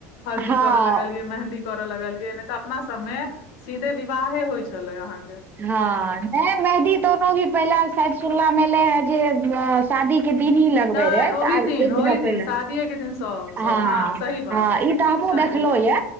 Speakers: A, on the left; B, on the right.
A: हल्दी
B: हँ
A: करऽ लगलियै मेंहदी करऽ लगलियै ने तऽ अपना सब में सीधे विवाहे होइ छले अहा
B: हँ नहि मेहदी दोनो भी पहिले साद सुल्ला एले हे जे शादी के
A: न-
B: दिन ही लगबे
A: नहि
B: रहै
A: ओहि
B: तऽ आब एक दिन
A: ओहि
B: पहिले
A: शादिये के दिन सब
B: हँ
A: सब सही बात है,
B: त हमहुँ
A: शादिये
B: देखलहु
A: के दिन
B: ये